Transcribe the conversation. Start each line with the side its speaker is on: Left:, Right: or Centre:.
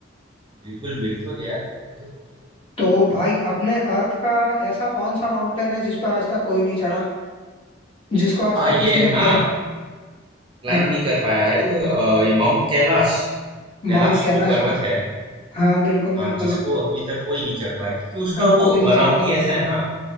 Right: बिल्कुल, बिल्कुल यार तुम तो पूछो।
Left: तो भाई अपने अर्थ का ऐसा कौन सा माउंटेन है जिस पर आज तक कोई नहीं चढ़ा जिसको आज
Right: हाँ
Left: तक
Right: ये
Left: किसी ने
Right: है ना
Left: क्लाइंब
Right: क्लाइम
Left: हाँ
Right: नहीं कर पाया भाई वो, अ, ये माउंट कैलाश
Left: माउंट
Right: कैलाश
Left: कैलाश
Right: जो पर्वत
Left: पे
Right: है
Left: हाँ बिल्कुल
Right: अ,
Left: बिल्कुल
Right: जिसको अभी तक कोई नहीं चढ़ पाया क्योंकि उसका
Left: अ,
Right: वो
Left: कोई नहीं
Right: बनावटी
Left: चढ़ पाया
Right: ऐसा है ना